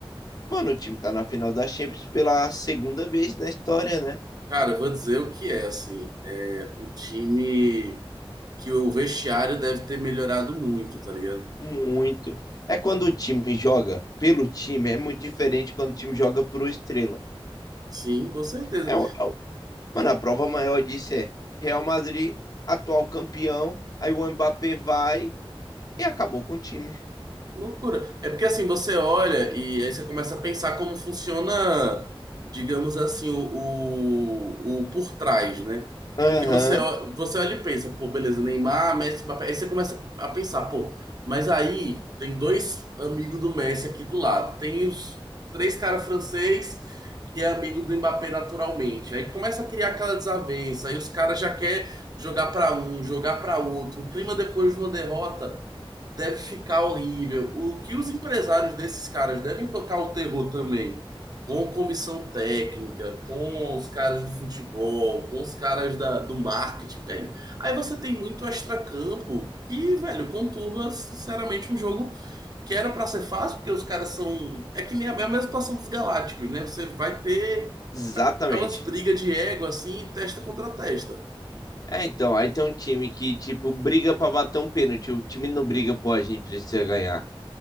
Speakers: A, on the left; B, on the right.
A: Mano, o time tá na final da Champions pela segunda vez na história, né?
B: Cara, eu vou dizer o que é, assim, é um time que o vestiário deve ter melhorado muito, tá ligado?
A: Muito. É quando o time joga pelo time, é muito diferente quando o time joga por uma estrela.
B: Sim, com certeza.
A: É, o- é o- mano, a prova maior disso é Real Madrid, atual campeão, aí o Mbappé vai e acabou com o time.
B: Loucura. É porque assim, você olha e aí você começa a pensar como funciona, digamos assim, o, o, o por trás, né?
A: Aham,
B: Porque você, ó- você olha e pensa, pô, beleza, Neymar, Messi, Mbappé. Aí você começa a pensar, pô, mas aí tem dois amigos do Messi aqui do lado. Tem os três caras francês que é amigo do Mbappé naturalmente. Aí começa a criar aquela desavença, aí os caras já quer jogar pra um, jogar pra outro. O clima depois de uma derrota deve ficar horrível. O que os empresários desses caras devem tocar o terror também, com comissão técnica, com os caras do futebol, com os caras da, do marketing, velho. Aí você tem muito extracampo que, velho, conturba, sinceramente, um jogo que era pra ser fácil, porque os caras são. É que nem a é a mesma situação dos Galácticos, né? Você vai ter
A: exatamente.
B: aquelas brigas de ego assim, testa contra testa.
A: É, então, aí tem um time que, tipo, briga pra bater um pênalti. O time não briga, pô, a gente precisa ganhar.